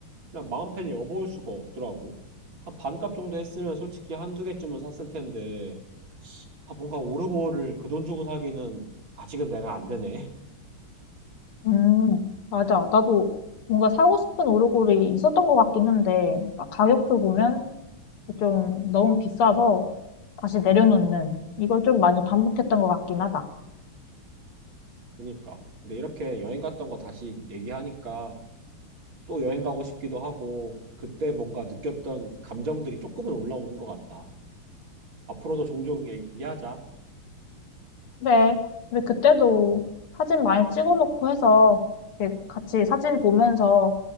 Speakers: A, on the right; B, on the left.
A: 그냥 마음 편히 여보일 수가 없더라고 한 반값 정도 했으면 솔직히 한 두 개쯤은 샀을 텐데 아, 뭔가 오르고를 그 돈 주고 사기는 아직은 내가 안 되네. <laughs>
B: 음, 맞아. 나도 뭔가 사고 싶은 오르골이 있었던 것 같긴 한데 딱 가격표 보면 좀 너무 비싸서 다시 내려놓는 이걸 좀 많이 반복했던 것 같긴 하다.
A: 그러니까. 근데 이렇게 여행 갔던 거 다시 얘기하니까 또 여행 가고 싶기도 하고 그때 뭔가 느꼈던 감정들이 조금은 올라오는 것 같다. 앞으로도 종종 얘기하자.
B: 그래. 근데 그때도 사진 많이 찍어놓고 해서 이렇게 같이 사진 보면서